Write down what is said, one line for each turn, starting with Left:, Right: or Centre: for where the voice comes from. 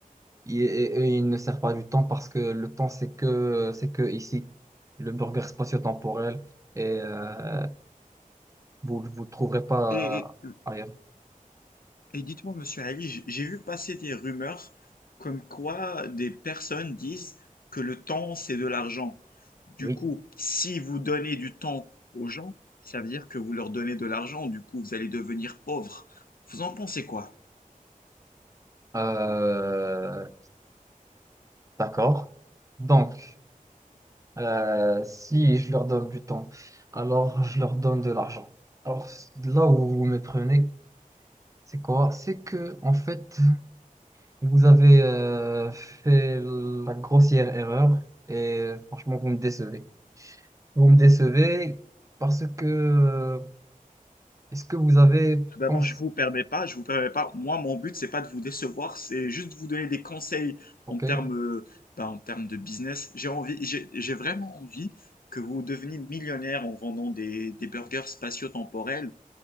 Right: il- et, et il ne sert pas du temps parce que le temps, c'est que, c'est que ici, le burger spatio-temporel, et euh, vous ne vous le trouverez pas
Left: Et, et- euh,
Right: ailleurs.
Left: et dites-moi, monsieur Ali, j- j'ai vu passer des rumeurs comme quoi des personnes disent que le temps, c'est de l'argent. Du
Right: Oui.
Left: coup, si vous donnez du temps aux gens, ça veut dire que vous leur donnez de l'argent. Du coup, vous allez devenir pauvre. Vous en pensez quoi?
Right: Euh, d'accord. Donc, euh, si je leur donne du temps, alors je leur donne de l'argent. Alors, là où vous me prenez, c'est quoi? C'est que, en fait, vous avez euh, fait la grossière erreur et euh, franchement, vous me décevez. Vous me décevez parce que euh, est-ce que vous avez
Left: Tout d'abord,
Right: pensé
Left: je vous permets pas, je vous permets pas. Moi, mon but, c'est pas de vous décevoir, c'est juste de vous donner des conseils
Right: OK.
Left: en termes, euh, bah, en termes de business. J'ai envie, j'ai j'ai vraiment envie que vous deveniez millionnaire en vendant des, des burgers spatio-temporels.